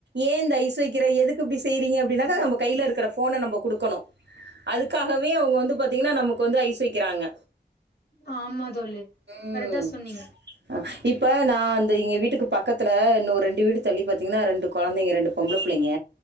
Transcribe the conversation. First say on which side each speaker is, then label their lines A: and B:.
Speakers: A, on the right (about 80°); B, on the left (about 70°).
A: ஏ இந்த ஐஸ் வக்கற எதுக்கு இப்டி செய்றீங்க அப்டினாகா நம்ம கைல இருக்ற ஃபோன நம்ம கு டுக்கணு அதுக் அதுக்காகவே அவங்க வந்து பாத்தீங்கன்னா நமக் வந்து ஐஸ் வைக் க்கறாங்க
B: ஆமா தோழி
A: உம்
B: கரெக்டா சொன்னீங்க
A: இப் இப்ப நா அந்த எங்க வீட்டுக்கு பக்கத்துல இன்னொரு ரெண்டு வீடு தள்ளி பாத்தீங்கன்னா ரெண்டு கொழந்தைங்க ரெண்டு பொம்பள புள்ளங்க